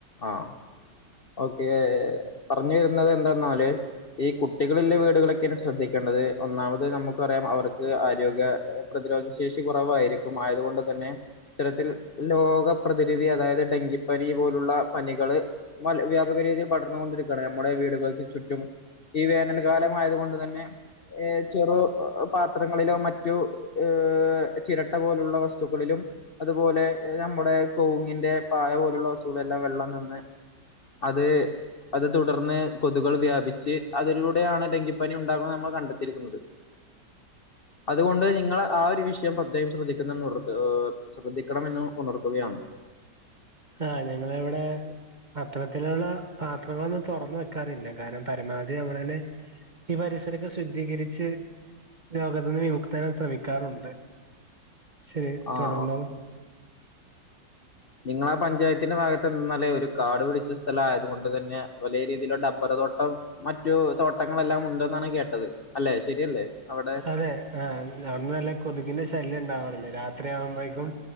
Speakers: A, on the left; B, on the right.
A: ആഹ് ഓക്കെ പർഞ്ഞ് വരുന്നതെന്തന്നാല് ഈ കു ട്ടികള്‌ല്ലെ വീടുകളൊക്കെണ് ശ്രദ്ധിക്കേണ്ടത്. ഒന്നാമത് നമു യാം അവർക്ക് ആരോഗ്യ പ്രതിരോധ ശേഷി കുറവാരിക്കും. ആയതുകൊണ്ട് തന്നെ ഇത്തരത്തിൽ ലോക പ്രതിനിധി അതായത് ഡെങ്കിപ്പനി പോലുള്ള പനികള് മൽ വ്യാപക രീതിയിൽ പടർന്നോണ്ടിരിക്കാണ് നമ്മുടെ വീടുകൾക്ക് ചുറ്റും ഈ വേനൽ കാലമായതുകൊണ്ട് തന്നെ ഏഹ് ചെറു പാത്രങ്ങളിലോ മറ്റു ഏ ചിരട്ട പോലുള്ള വസ്തുക്കളിലും അതുപോലെ നമ്മുടെ കൗങ്ങിന്റെ പായ പോലുള്ള വസ് കൂടെ എല്ല വെള്ളം നിന്ന് അത് അത് തുടർന്ന് കൊത്കൾ വ്യാപി ച്ച് അതിലൂടെയാണ് ഡെങ്കിപ്പനി ഉ ഉണ്ടാവം നമ്മൾ കണ്ടെത്തിരിക്കുന്നത്. അതുകൊണ്ട് നിങ്ങൾ ആ ഒരു വിഷ ക്ക്യാൻ പ്രത്യേകം ശ്രെദ്ധി <unintelligible> ഏഹ് ശ്രദ്ധി ക്കണമെന്ന് ഉണർത്തുകയാണ്.
B: ആഹ് ഞങ്ങള ഇവിടെ അത്തരത്തില്ള്ള പാത്രങ്ങളൊന്നും തൊറന്ന് വെക്കാറില്ല കാര പരമാവധി ഞങ്ങളന്നെ ഈ പരിസരൊക്കെ ശുദ്ധീകരിച്ച് രോഗത്തിന്ന് വിമുക്തരാൻ ശ്രമിക്കാറുണ്ട് ശരി
A: ആഹ്
B: തുടർന്നോളു
A: നിങ്ങള ആ പഞ്ചായത്തിന്റെ ഭാഗത്ത് നിന്നല്ലേ ഒരു കാട് പിടിച്ച സ്ഥലം ആയത് കൊണ്ട് തന്നെ വലിയ രീതിയിലുള്ള ഡബ്ബർ തോട്ടം മറ്റ് തോട്ടങ്ങളെല്ലാം ഉണ്ടെന്നാണ് കേട്ടത്. അല്ലെ ശരിയല്ലേ അവിടെ
B: അതെ ആഹ്! അവിടെ നല്ല കൊതുകിന്റെ ശല്യം ഉണ്ടാവറ് രാത്രി ആവുമ്പോഴക്കും